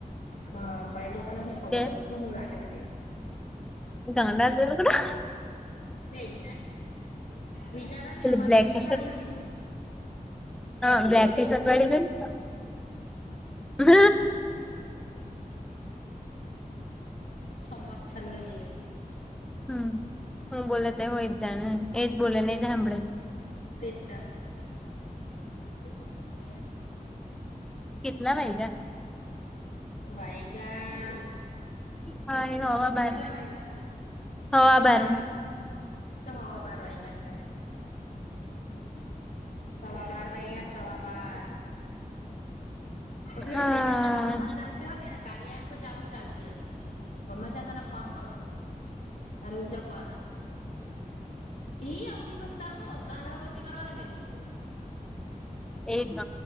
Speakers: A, on the left (about 80°); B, in the centre.
A: હા પણ એ લોકોને હું ખબર
B: કે.
A: હું લાગ લલે દ.
B: ગાડા <unintelligible>
A: તેજ ને. વિચારવા નની
B: એટલે
A: અમારે
B: બ્લેક
A: તો પૈસા
B: ટી શર્ટ
A: આવે એમ.
B: હા, વેકેશન વાળી નઈ, હ.
A: છમક છલ્લો જે.
B: હમ, હું બોલે તો હોય જ, જાણે એજ બોલે ને, એજ સાંભળે.
A: તે જ. હ.
B: કેટલા વાગ્યા.
A: વાગ્યા.
B: હા એ હવા બાર
A: કેટલા વાગ્યા?
B: હવા
A: કેટલા
B: બાર
A: વાગ્યા? તો હવા બાર વાઈગા સે. સવા બાર વાગ્યા, સવા બાર. બબલી
B: હા
A: ડેટા સન ઓન જ રાખ જો, હ કયારેક. કાર્ય એપ હો ચાલુ જ રાખજે, ગમે ત્યારે તને ફોન કરુ હુ. તારે ઊચક વાના. એઈ આવઉન કતા, હું તારહ પસી કરવા ન કે ન ઈ.
B: એજ ન